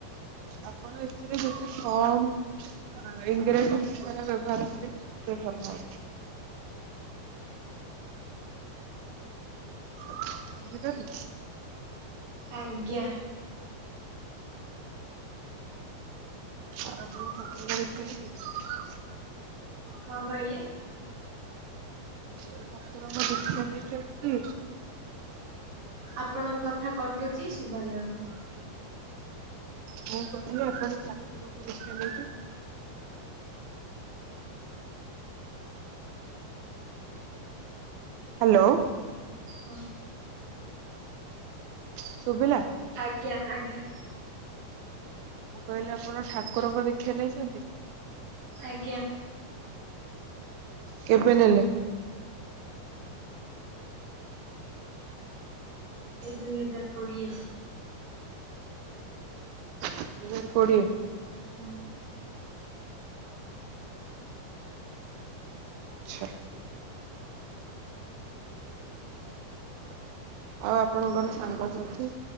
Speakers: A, on the right (about 80°); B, on the right (about 60°).
A: ଆପଣ ଏଥିରେ ଯେତେ କମ୍ ଇଂରାଜୀ ଭାଷାରେ ବ୍ୟବହାର କରିବ, ସେତେ ଭଲ ହବ। ବୁଝିପାରିଲୁ?
B: ଆଜ୍ଞା।
A: ତାରା ତାରେଣି ଠାକୁରଙ୍କୁ ଦେଖିଆକୁ <unintelligible>
B: କଣ କହିଲେ?
A: ଏ ଠାକୁରଙ୍କ ଦୁଃଖ ଦେଇଚନ୍ତି।
B: ଆପଣଙ୍କ କଥା କଟୁଛି, ଶୁଭାଯାଉ
A: ମୁଁ କହିଲି ଆପଣ ଠାକୁରଙ୍କ ଦୀକ୍ଷା ନେଇଛ ହ୍ୟାଲୋ।
B: ହଁ।
A: ଶୁଭିଲା?
B: ଆଜ୍ଞା ଆଜ୍ଞା।
A: ମୁଁ କହିଲି ଆପଣ ଠାକୁରଙ୍କ ଦୀକ୍ଷା ନେଇଛନ୍ତି?
B: ଆଜ୍ଞା।
A: କେବେ ନେଲେ?
B: ସେ ଦୁଇ ହଜାର କୋଡିଏ ରେ।
A: ଦି ହଜାର କୋଡିଏ।
B: ହୁଁ।
A: ଆଚ୍ଛା। ଆଉ ଆପଣଙ୍କର ସାଙ୍ଗସାଥି,